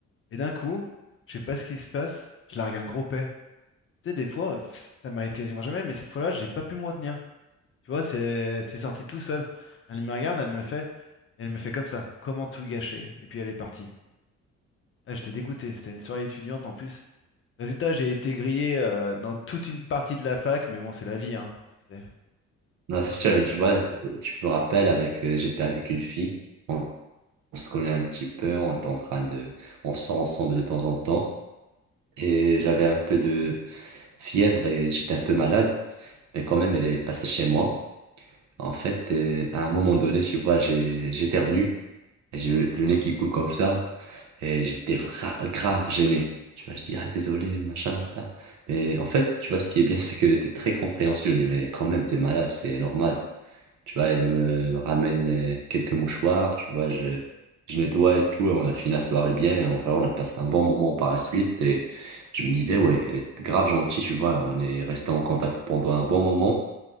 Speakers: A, on the left (about 45°); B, on the right (about 75°).
A: Et d'un coup, je sais pas ce qui se passe, je largue un gros paix. Tu sais, des fois, pff, ça m'arrive quasiment jamais, mais cette fois-là, j'ai pas pu me retenir. Tu vois, c'est c'est sorti tout seul. Elle me regarde, elle me fait, elle me fait comme ça. Comment tout gâcher? Et puis elle est partie. Ah, j'étais dégoûté. C'était une soirée étudiante en plus. Résultat, j'ai été grillé euh, dans toute une partie de la fac, mais bon, c'est la vie, hein. Tu sais.
B: Non, c'est
A: On se
B: sûr,
A: re-
B: mais tu vois, tu me rappelles avec, euh, j'étais avec une fille. On, on se connaît un petit peu. On était en train de, on sort ensemble de temps en temps. et j'avais un peu de fièvre et j'étais un peu malade, mais quand même, elle est passée chez moi. En fait, et à un moment donné, tu vois, j'ai, j'éternue et j'ai le, le nez qui coule comme ça et j'étais vra- grave gêné. Tu vois, je dis, ah, désolé, machin, ta. Mais en fait, tu vois, ce qui est bien, <laughs> c'est qu'elle était très compréhensive. Elle dit, mais quand même, t'es malade, c'est normal. Tu vois, elle me ramène euh, quelques mouchoirs, tu vois, je, je nettoie et tout, et on a fini la soirée bien. et En vrai, on a passé un bon moment par la suite et je me disais, ouais, elle est grave gentille, tu vois, on est resté en contact pendant un bon moment